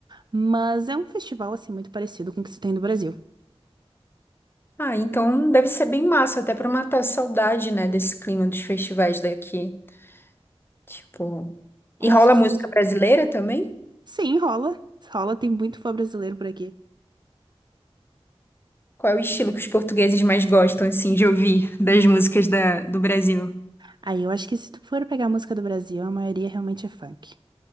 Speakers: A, on the right; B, on the left.
A: Mas é um festival, assim, muito parecido com o que se tem no Brasil.
B: Ah, então deve ser bem massa, até para matar a saudade, né, desse clima dos festivais daqui. Tipo.
A: Com
B: E rola
A: certeza.
B: música brasileira também?
A: Sim, rola. Rola, tem muito fã brasileiro por aqui.
B: Qual é o estilo que os portugueses mais gostam, assim, de ouvir das músicas da- do Brasil?
A: Aí eu acho que se tu for pegar a música do Brasil, a maioria realmente é funk.